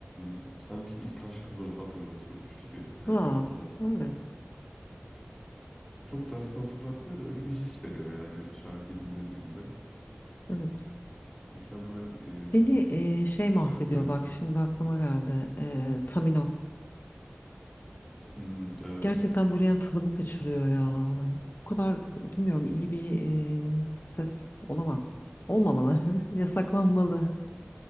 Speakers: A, in the centre; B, on the left.
A: e, sanki ilk aşkımı hatırlatıyormuş gibi yani hayatımda
B: Wow. Evet.
A: Çok da aslında hatırlatmıyor da öyle bir his veriyor yani şarkıyı dinlediğimde.
B: Evet.
A: Mükemmel e,
B: Beni e, şey mahvediyor
A: bir şarkı bence.
B: bak şimdi aklıma geldi. E, Tamino.
A: Hmm, evet.
B: Gerçekten böyle yani tadımı kaçırıyor ya. Bu kadar bilmiyorum iyi bir e, ses olamaz. Olmamalı. <laughs> Yasaklanmalı.